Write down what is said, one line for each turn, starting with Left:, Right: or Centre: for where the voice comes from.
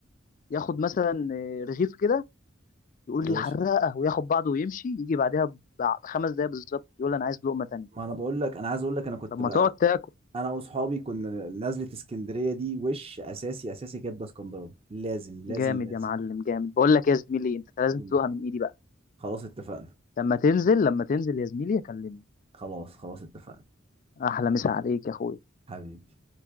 Left: ياخد مثلا آه، رغيف كده يقول
Right: يا
Left: لي
Right: باشا
Left: حراقه وياخد بعضه ويمشي يجي بعدها بع- بخمس دقايق بالظبط يقول لي انا عايز لقمه تانية
Right: ما انا بقول لك انا عايز اقول لك انا كنت
Left: طب ما
Right: بقى
Left: تقعد تاكل
Right: انا واصحابي كنا نازله اسكندريه دي وش اساسي اساسي كبده اسكندراني لازم لازم
Left: جامد
Right: لازم
Left: يا معلم جامد بقول لك يا زميلي انت لازم
Right: قول.
Left: تدوقها من ايدي بقى
Right: خلاص اتفقنا
Left: لما تنزل لما تنزل يا زميلي اكلمني
Right: خلاص خلاص اتفقنا
Left: احلى مسا عليك يا اخويا
Right: حبيبي